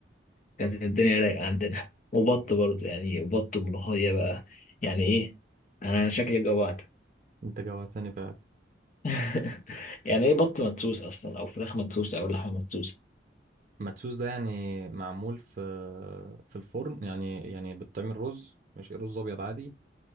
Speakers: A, on the left; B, on the right.
A: كانت الدنيا رايقة عندنا وبط برضه يعني بط وملوخية بقى يعني ايه انا شكلي جوعت
B: انت جوعتني فعلا
A: <laughs> يعني ايه بط مدسوس اصلا او فراخ مدسوسة او لحمة مدسوسة
B: مدسوس ده يعني معمول في في الفرن يعني يعني بتعمل رز مش رز ابيض عادي